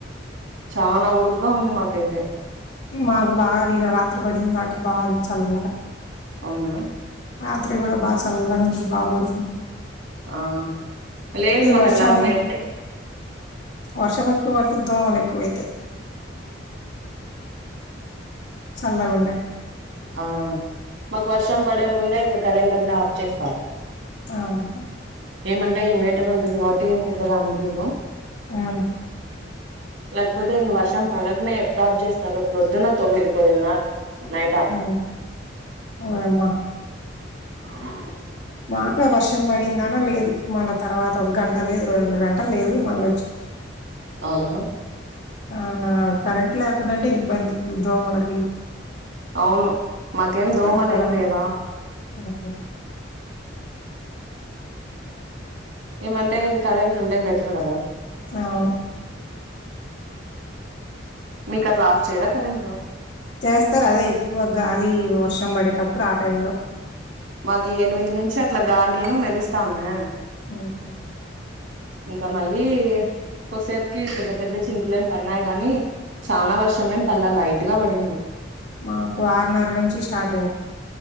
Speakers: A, on the right; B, on the left.
A: చనా ఉడుగా ఉంది మాకైతే
B: మాకు బాగా రాత్రి పడింది కాబట్టి బాగుంది చల్లగా
A: అవునా
B: రాత్రి కూడా బాగా చల్గా ఉంది బా పడుకున్నం
A: ఆ లేదు మాకు
B: వర్షం
A: అట్లా మేడితే
B: వర్షం ఎక్కువైతే దోములు ఎక్కువ అయితాయి చల్లాగా ఉంనాయి
A: ఆ మాకు వర్షం పడే ముందే ఇంకా కరెంట్ అంతా ఆఫ్ చేస్తారు
B: అవును
A: ఏమంటే ఇన్వర్టర్ ఉంటుంది కాబట్టి ఏం పెద్దగా అనిపియదు
B: ఆ
A: <unintelligible> లేకపోతే ఇంక వర్షం పడకనే ఎప్పుడు ఆప్ చేస్తారు ప్రొద్దున తొమ్మిది పదిన్నరకి నై
B: ఉ ఓయమ్మా
A: <unintelligible>
B: మాక వర్షం పడిందాని లేదు మళ్ళ తర్వాత ఒక గంట లేదు రెండు గంట లేదు మళ్ళ
A: అవునా
B: ఆ కరెంట్ లేకుండాంటే ఇబ్బంది ఈ దోమలకి
A: అవును మాకేం దోమలేం
B: వాటి పొలాన్ని
A: లేవా
B: <unintelligible>
A: ఏమంటేం కరెంట్ ఉంటే బెటర్ కదా
B: అవును
A: మీకు అట్లా అఫ్ చేయరా కరెంట్
B: చేస్తారు అదే ఎక్కువ గాలి వర్షం పడేటప్పుడు ఆ టైమ్ లో లో
A: మాకు ఎనిమిది నుంచి అట్లా గాలిను మెరుస్తా ఉన్నా
B: ఆహా
A: ఇంకా మళ్ళీ కొసేపుకి పెద్ద పెద్ద చినుకులు ఏమి పన్నాయి గాని చాలనా వర్షమేం పల్లె లైట్ గా పడింది
B: మాకు ఆరున్నర నుంచి స్టార్ట్ అయింది